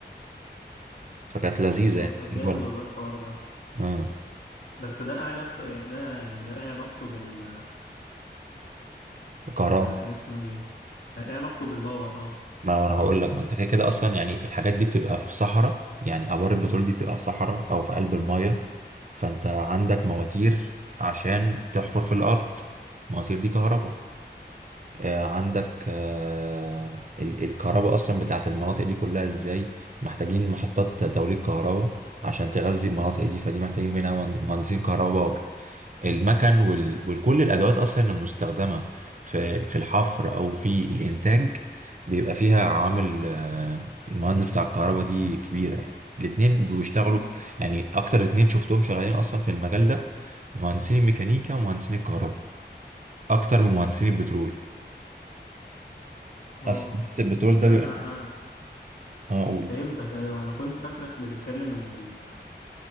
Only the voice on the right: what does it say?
فكانت لذيذة
يعني
تجربة
آه،
وكهرباء
ما أنا هقول لك ما أنت كده كده أصلا يعني الحاجات دي بتبقى في صحراء يعني أبار البترول دي بتبقى في صحراء أو في قلب المايه فأنت عندك مواتير عشان تحفر في الأرض المواتير دي كهرباء آه، عندك آه، ال- الكهرباء اصلا بتاعت المناطق دي كلها ازاي محتاجين محطات توليد كهرباء عشان تغذي المناطق دي فدي محتاجين منها مهند- مهندسين كهرباء باور المكن وال... وكل الادوات اصلا المستخدمه في في الحفر او في الانتاج بيبقى فيها عامل آه، المهندس بتاع الكهرباء دي كبيره يعني الاتنين بيشتغلوا
يعني اكتر اتنين شفتهم شغالين اصلا في المجال ده مهندسين الميكانيكا ومهندسين الكهرباء اكتر من مهندسين البترول
اصل بس البترول ده
بيبقى
اه اقول